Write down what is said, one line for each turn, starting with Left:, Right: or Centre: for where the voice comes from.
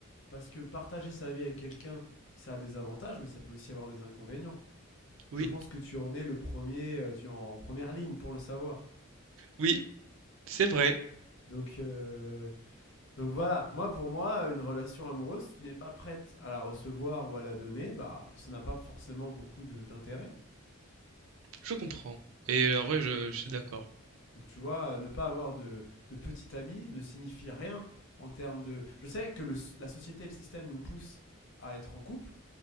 Left: parce que partager sa vie avec quelqu'un, ça a des avantages, mais ça peut aussi avoir des inconvénients.
Right: Oui,
Left: Je pense que tu en es le premier, euh, tu es en première ligne pour le savoir.
Right: oui, c'est vrai.
Left: Donc, euh, Donc voilà, moi pour moi, une relation amoureuse, si tu n'es pas prête à la recevoir ou à la donner, bah ça n'a pas forcément beaucoup de- d'intérêt.
Right: Je comprends. Et en vrai, je je suis d'accord.
Left: Donc tu vois, ne pas avoir de, de petit ami ne signifie rien en termes de... Je sais que le s- la société et le système nous poussent à être en couple.